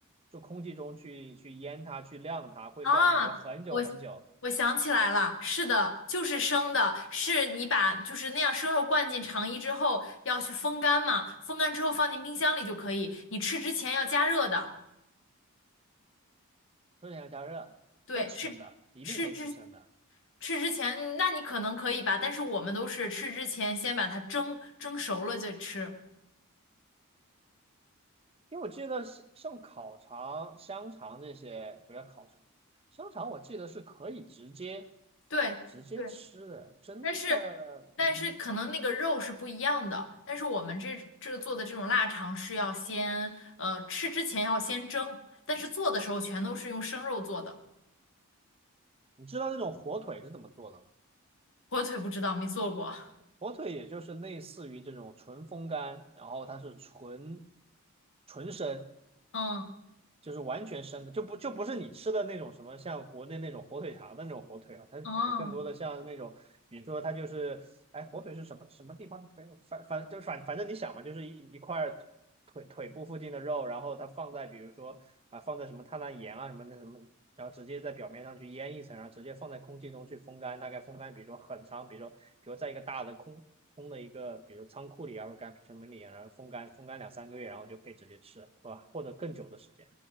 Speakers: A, on the right (about 25°); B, on the left (about 60°).
A: 就空气中去去腌它，去晾它，会晾，
B: 啊，
A: 比如说很久很久，
B: 我我想起来了，是的，就是生的，是你把就是那样生肉灌进肠衣之后，要去风干嘛，风干之后放进冰箱里就可以，你吃之前要加热的。
A: 热量加热，
B: 对，
A: 可以吃生的，
B: 吃吃之
A: 一定可以吃生的，
B: 吃之前，那你可能可以吧，但是我们都是吃之前先把它蒸蒸熟了再吃。
A: 因为我记得像像烤肠、香肠这些，不要烤肠，香肠我记得是可以直接
B: 对，
A: 直接吃的，
B: 对，
A: 真的，
B: 但是但是可能那个肉是不一样的，
A: 嗯。
B: 但是我们这这个做的这种腊肠是要先呃吃之前要先蒸，但是做的时候全都是用生肉做的，
A: 你知道那种火腿是怎么做的吗？
B: 火腿不知道没做过。
A: 火腿也就是类似于这种纯风干，然后它是纯纯生，
B: 嗯
A: 就是完全生的，就不就不是你吃的那种什么像国内那种火腿肠的那种火腿啊，它可能更多的像那种，
B: 嗯
A: 比如说它就是，哎，火腿是什么什么地方的腿？反反就反反正你想嘛，就是一一块腿腿腿部附近的肉，然后它放在比如说啊放在什么碳氮盐啊什么那什么，然后直接在表面上去腌一层，然后直接放在空气中去风干，大概风干比如说很长，比如说比如在一个大的空空的一个，比如仓库里啊，或者干什么里啊，然后风干风干两三个月，然后就可以直接吃，是吧？或者更久的时间。